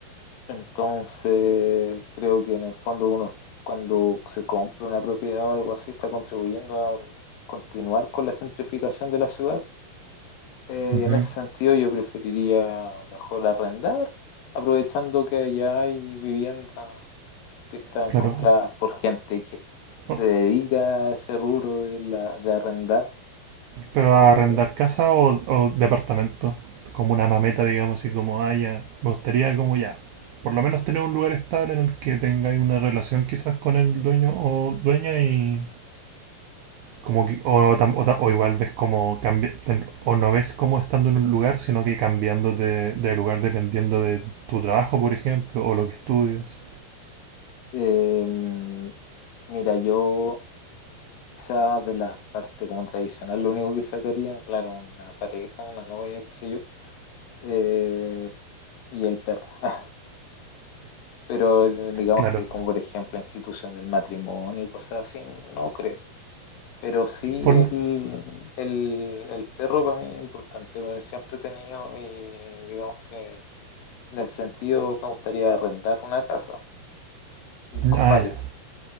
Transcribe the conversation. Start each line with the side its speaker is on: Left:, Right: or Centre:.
Left: entonces creo que en el fondo uno cuando se compra una propiedad o algo así está contribuyendo a continuar con la gentrificación de la ciudad. Eh,
Right: Ujú.
Left: y en ese sentido yo preferiría mejor arrendar, aprovechando que allá hay viviendas que están
Right: Claro.
Left: compradas por gente que se
Right: O-
Left: dedica a ese rubro de, la, de arrendar.
Right: Pero
Left: Eh,
Right: a arrendar casa o, o departamento, como una mameta, digamos, así como, ah, ya, me gustaría como ya, por lo menos tener un lugar estable en el que tengáis una relación quizás con el dueño o dueña y como que, o, tam- o ta- o igual ves como cambia, ten- o no ves como estando en un lugar, sino que cambiando de, de lugar dependiendo de tu trabajo, por ejemplo, o lo que estudias.
Left: Em, mira, yo quizás de la parte como tradicional, lo único que sacaría, claro, una pareja, una novia, qué sé yo, eh, y el perro. <laughs> Pero eh, digamos
Right: Claro.
Left: que como por ejemplo institución del matrimonio y cosas así, no creo. Pero sí
Right: Por,
Left: el, el, el perro para mí es importante, porque siempre he tenido y digamos que en ese sentido me gustaría arrendar una casa con
Right: ah,
Left: patio,
Right: ya,